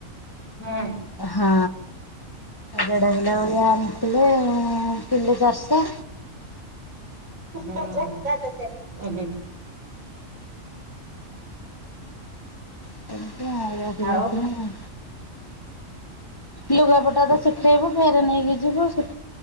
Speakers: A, on the right; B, on the left.
A: ହେଁ।
B: ହଁ ଦେଢ଼କିଲୋ ଭଳିଆ ଆଣିଥିଲେ କିଲେ ଚାରିଶ
A: ହୁଁ ହୁଁ।
B: ସେମିତି ଆ
A: ଆଉ
B: <unintelligible> ଲୁଗାପଟା ତ ଶୁଖେଇବ ଫେର ନେଇକି ଯିବ ଶୁ